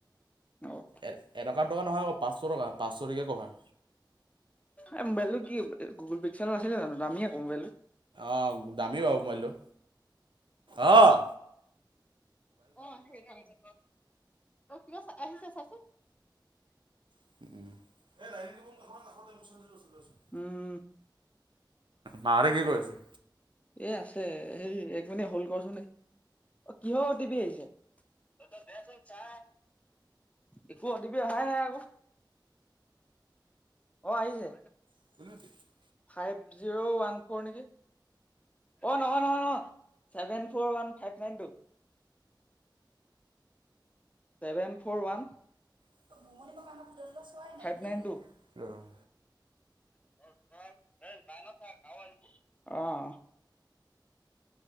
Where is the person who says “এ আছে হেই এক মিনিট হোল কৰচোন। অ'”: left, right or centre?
Left